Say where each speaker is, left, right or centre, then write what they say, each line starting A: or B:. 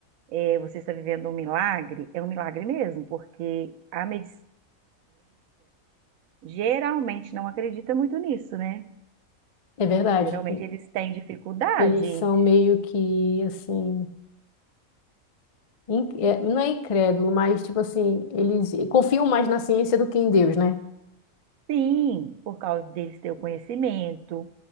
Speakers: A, on the right; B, on the left.
A: é, você está vivendo um milagre, é um milagre mesmo, porque a medicina geralmente não acredita muito nisso, né?
B: É verdade.
A: Geralmente eles têm dificuldade,
B: Eles são meio que assim, in- é, não é incrédulo, mas tipo assim, eles confiam mais na ciência do que em Deus, né?
A: sim, por causa deles ter o conhecimento